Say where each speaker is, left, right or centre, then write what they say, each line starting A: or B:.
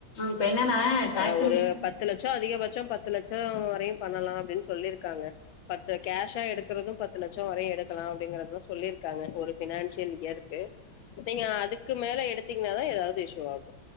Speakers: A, on the left; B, on the left.
A: இப்ப என்னன்னா டாக்ஸ்
B: அ ஒரு பத்து லட்சோ அதிகபட்சோ பத்து லட்சோ வரையு பண்ணலா அப்டின்னு சொல்லிருக்காங்க பத்து கேஷா எடுக்கறது பத்து லட்சோ வரையு எடுக்கலா அப்டிங்கறதுதா சொல்லிருக்காங்க ஒரு ஃபினான்ஷியல் இயருக்கு இப்பங்க அதுக்கு மேல எடுத்தீங்கனாதா ஏதாவது இஷ்யூ ஆகு